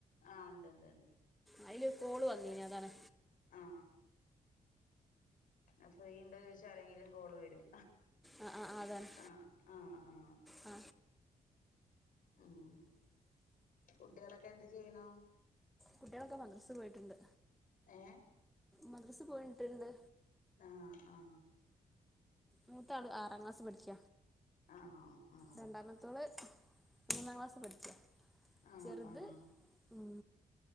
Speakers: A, on the left; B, in the centre.
A: ആ ണ്ട് ണ്ട് ണ്ട്
B: അയില് കോള് വന്നീനു അതാണ്
A: ആ ആ ഫ്രീയിണ്ടോ ചോദിച്ച ആരെങ്കിലും കോള് വരും
B: ആ ആ ആ, അതാണ്
A: ആ ആആ
B: ആ
A: ഉഹ് കുട്ടിയോളൊക്കെ എന്ത് ചെയ്യ്ണു
B: കുട്ടികളൊക്കെ മദ്രാസ പോയിട്ടുണ്ട്
A: ഏ
B: മദ്രസ് പോയിട്ട്ണ്ട്
A: ആ ആ
B: മൂത്താള് ആറാക്ലാസ് പഠിക്ക
A: ആണോ ആ
B: രണ്ടാമത്തോള് മൂന്നാം ക്ലാസ് പഠിക്ക
A: ആഹ്
B: ചെറുത്
A: ആഹ്
B: ഉം